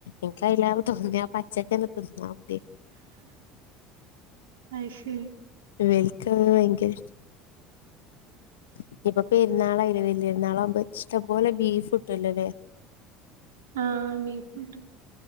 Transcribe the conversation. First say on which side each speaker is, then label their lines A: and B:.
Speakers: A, on the left; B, on the right.
A: ഇൻക്ക് അയ്‌ലേറെ തോന്നി ആ പ ചക്കന്നെ തിന്നാ മതി
B: അയ്ശ് ഉം
A: ഇവെൽക്ക <inaudible> വയങ്കര ഇഷ്ടാ ഇനിപ്പൊ പെരുനാളായിലെ വല്യര്ന്നാളാവുമ്പൊ ഇഷ്ടംപോലെ ബീഫ്ട്ടൊല്ലോ ലേ
B: ആഹ് ബീഫ്ട്ടും